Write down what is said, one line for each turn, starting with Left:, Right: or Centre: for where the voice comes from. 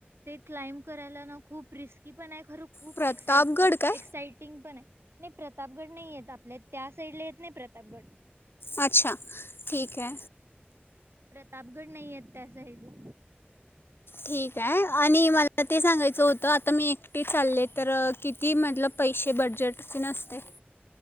Right: ते क्लाइम्ब करायला ना खूप रिस्की पण हाय खरं खूप
Left: प्रतापगड
Right: एक्साट
Left: काय
Right: एक्सायटिंग पण हाय. नाही प्रतापगड नाही येत आपल्या त्या साईडला येत नाही प्रतापगड.
Left: अच्छा ठीक ये
Right: प्रतापगड नाही येत त्या साईडला.
Left: ठीक आहे आणि मला ते सांगायचं होत आता मी एकटी चालले तर किती मतलब पैसे बड बजेट कितीन असतय